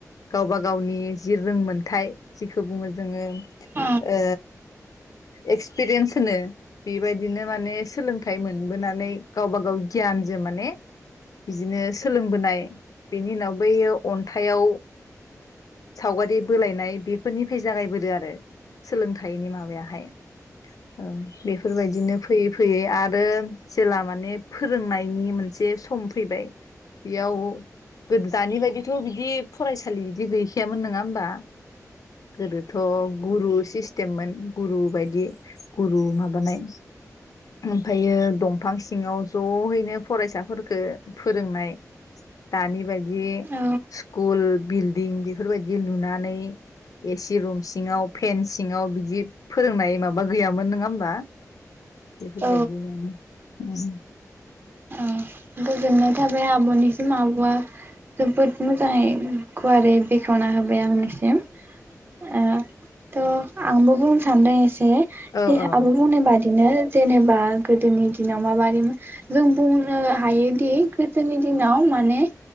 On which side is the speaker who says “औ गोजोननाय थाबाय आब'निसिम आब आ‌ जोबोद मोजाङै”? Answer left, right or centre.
Right